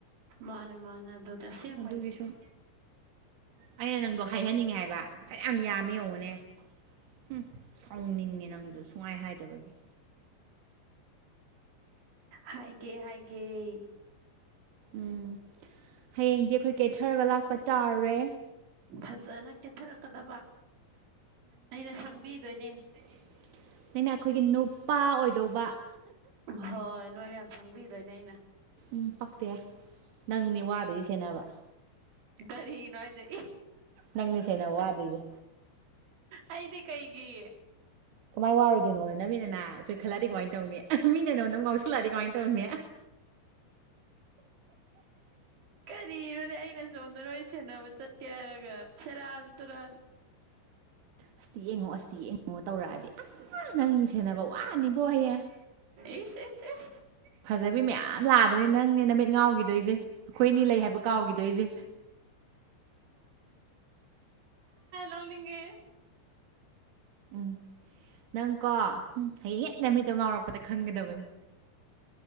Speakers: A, on the right; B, on the right.
A: ꯃꯥꯅꯦ ꯃꯥꯅꯦ ꯑꯗꯨꯗꯤ ꯑꯁꯦꯡꯕꯩꯅꯦ
B: ꯑꯗꯨꯒꯤ ꯁꯨꯝ ꯑꯩꯅ ꯅꯪꯗꯣ ꯍꯥꯏꯍꯟꯅꯤꯡꯉꯦ ꯍꯥꯏꯕ ꯐꯅꯌꯥꯝ ꯌꯥꯝꯃꯦ ꯌꯦꯡꯉꯨꯅꯦ ꯍꯨꯝ ꯁꯥꯎꯅꯤꯡꯉꯦ ꯅꯪꯁꯨ ꯁꯨꯡꯉꯥꯏ ꯍꯥꯏꯗꯕꯒꯤ
A: ꯍꯥꯏꯒꯦ ꯍꯥꯏꯒꯦ
B: ꯎꯝ ꯍꯌꯦꯡꯗꯤ ꯑꯩꯈꯣꯏ ꯀꯦꯊꯔꯒ ꯂꯥꯛꯄ ꯇꯥꯔꯦ
A: ꯐꯖꯅ ꯀꯦꯠꯊꯔꯛꯀꯗꯕ ꯑꯩꯅ ꯁꯪꯕꯤꯗꯣꯏꯅꯦ
B: <unintelligible> ꯅꯩꯅ ꯑꯩꯈꯣꯏꯒꯤ ꯅꯨꯄꯥ ꯑꯣꯏꯗꯧꯕ
A: ꯍꯣꯏ ꯅꯣꯏ ꯌꯥꯝ ꯁꯪꯕꯤꯗꯣꯏꯅꯦ ꯑꯩꯅ
B: ꯎꯝ ꯄꯛꯇꯦ ꯅꯪꯅꯦ ꯋꯥꯗꯣꯏꯁꯦ ꯁꯦꯟꯅꯕ
A: ꯀꯔꯤꯅꯣ ꯍꯥꯏꯁꯦ
B: ꯅꯪꯅꯤꯁꯦꯟꯅ ꯋꯥꯗꫭꯏꯖꯦ
A: ꯑꯩꯗꯤ ꯀꯩꯒꯤ
B: ꯀꯃꯥꯏꯅ ꯋꯥꯔꯣꯏꯗꯣꯏꯅꯣ ꯅ ꯃꯤꯠꯅꯅ ꯆꯣꯏꯈꯠꯂꯛꯗꯤ ꯀꯃꯥꯏꯅ ꯇꯧꯅꯤ ꯃꯤꯅ ꯅꫭꯟꯗ ꯉꯥꯎꯁꯤꯜꯂꯛꯑꯗꯤ ꯀꯃꯥꯏ ꯇꯧꯅꯤ
A: ꯀꯔꯤꯔꯣꯅꯦ ꯑꯩꯅ ꯁꯣꯝꯗ ꯅꯣꯏ ꯁꯦꯟꯅꯕ ꯆꯠꯀꯦ ꯍꯥꯏꯔꯒ ꯁꯦꯔꯥꯟ ꯇꯨꯔꯥꯟ
B: ꯑꯁꯤ ꯌꯦꯡꯉꯣ ꯑꯁꯤ ꯌꯦꯡꯉꯣ ꯇꯧꯔꯛꯑꯗꯤ ꯅꯪ ꯁꯦꯟꯅꯕ ꯋꯥꯅꯤꯕꯣ ꯍꯌꯦꯡ
A: ꯏꯁ ꯏꯁ ꯏꯁ
B: ꯐꯖꯕꯤ ꯃꯌꯥꯝ ꯂꯥꯛꯑꯗꯣꯏꯅꯦ ꯅꯪꯅꯦ ꯅꯨꯃꯤꯠ ꯉꯥꯎꯒꯤꯗꯣꯏꯁꯦ ꯑꯩꯈꯣꯏ ꯑꯅꯤ ꯂꯩ ꯍꯥꯏꯕ ꯀꯥꯎꯒꯤꯗꯣꯏꯁꯦ
A: ꯅꫭꯛꯅꯤꯡꯉꯦ
B: ꯎꯝ ꯅꯪ ꯀꯣ ꯍꯝ ꯍꯌꯦꯡ ꯍꯦꯛ ꯅꯨꯃꯤꯠꯇꯣ ꯉꯥꯎꯔꯛꯄꯗ ꯈꯪꯒꯗꯕꯅꯤ